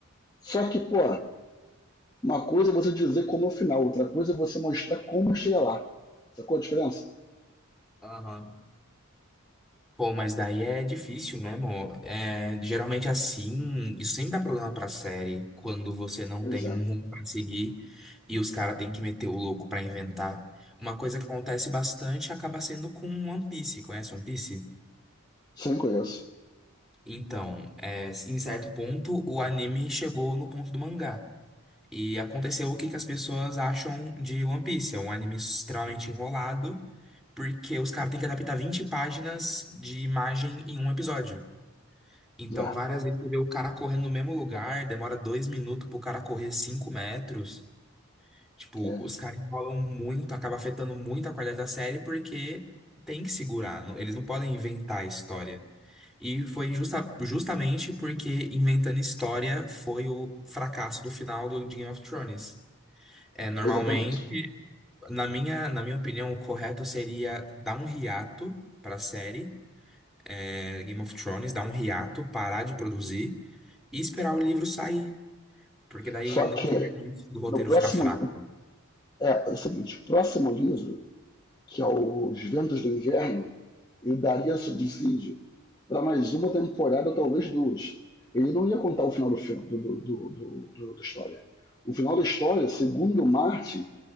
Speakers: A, on the left (about 20°); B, in the centre.
A: Só que, pô, uma coisa é você dizer como é o final, outra coisa é você mostrar como chega lá. Sacou a diferença?
B: Aham. Pô, mas daí é difícil mesmo. É, geralmente assim, isso sempre dá problema pra série, quando você não
A: Pois
B: tem um
A: é.
B: rumo pra seguir e os caras têm que meter o louco pra inventar. Uma coisa que acontece bastante acaba sendo com One Piece. Conhece One Piece?
A: Sim, conheço.
B: Então, é, em certo ponto, o anime chegou no ponto do mangá. E aconteceu o que, que as pessoas acham de One Piece. É um anime extremamente enrolado, porque os caras têm que adaptar 20 páginas de imagem em um episódio. Então,
A: É,
B: várias vezes você vê o cara correndo no mesmo lugar, demora dois minutos pro cara correr cinco metros. Tipo,
A: é,
B: os caras enrolam muito, acaba afetando muito a qualidade da série, porque tem que segurar. não- Eles não podem inventar a história. E foi justa- justamente porque Inventando História foi o fracasso do final do de Game of Thrones. É, normalmente,
A: exatamente.
B: na minha, na minha opinião, o correto seria dar um hiato para a série, é, Game of Thrones, dar um hiato, parar de produzir e esperar o livro sair. Porque daí
A: Só
B: não
A: que,
B: teria risco do roteiro
A: no próximo.
B: ficar fraco.
A: É, é o seguinte: o próximo livro, que é Os Ventos do Inverno, ele daria subsídio para mais uma temporada, talvez duas. Ele não ia contar o final do filme, do, do, do, do, do- da história. O final da história, segundo Martin,